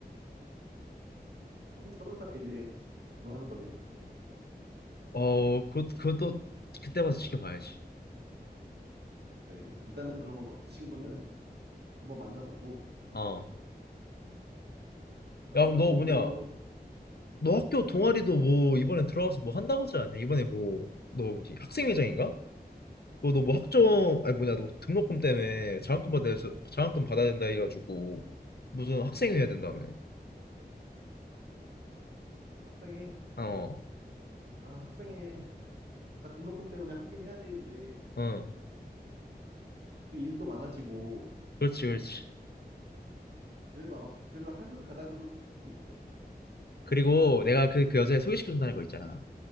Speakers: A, on the right; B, on the left.
A: 서른 살에 이제 같이 결혼하는 거네 그러면.
B: <laughs> 어, 그, 그건 또 그때 봐서 지켜봐야지.
A: 그래 일단은 그러면 뭐 그 친구는 한번 만나보고
B: 어.
A: 음, 만나보고
B: 야, 그럼 너 뭐냐? 너 학교 동아리도
A: 음,
B: 뭐 이번에 들어가서 뭐 한다고 하지 않냐? 이번에 뭐 너 뭐지? 학생회장인가? 너 너 뭐 학점 아니 뭐냐? 너 등록금 때문에 장학금 받아야 장학금 받아야 된다 해가지고 무슨 학생회 해야 된다며.
A: 합성해.
B: 어,
A: 아, 학생회, 그러니까 등록금 때문에 하긴 해야 되는데,
B: 어,
A: 또 일도 많아지고,
B: 그렇지, 그렇지.
A: 그래도, 아- 그래도 하는 가닥으로 좀 잡고 있어.
B: 그리고 내가 그, 그 여자애 소개시켜준다는 거 있잖아.